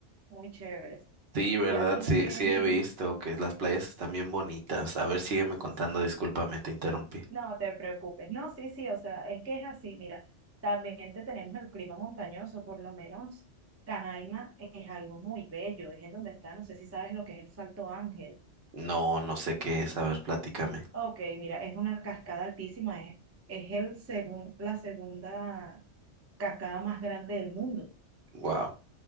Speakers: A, on the right (about 25°); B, on the right (about 60°).
A: muy chéveres.
B: Sí, ¿verdad?
A: Ya si no
B: Sí,
A: quieres
B: sí
A: ir,
B: he visto que las playas están bien bonitas. A ver, sígueme contando,
A: sí,
B: discúlpame, te interrumpí.
A: no te preocupes. No, sí, sí, o sea, es que es así, mira, también te tenemos el clima montañoso, por lo menos Canaima es algo muy bello, es en donde está, no sé si sabes lo que es el Salto Ángel.
B: No, no sé qué es, a ver, platícame.
A: Ok, mira, es una cascada altísima, es, es el segun- la segunda cascada más grande del mundo.
B: Wow.